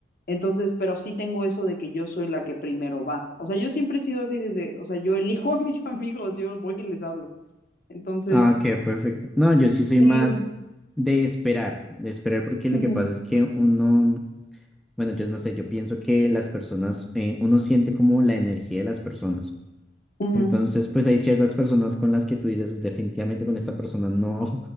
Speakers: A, on the left; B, in the centre.
A: Entonces, pero sí tengo eso de que yo soy la que primero va. O sea, yo siempre he sido así desde, o sea, yo elijo <laughs> a mis amigos, yo voy y les hablo. Entonces,
B: Ah, ok, perfecto. No, yo sí soy
A: sí.
B: más de esperar, de esperar porque lo
A: ujú,
B: que pasa es que uno, bueno, yo no sé, yo pienso que las personas, eh, uno siente como la energía de las personas.
A: ujú.
B: Entonces, pues hay ciertas personas con las que tú dices, definitivamente con esta persona no,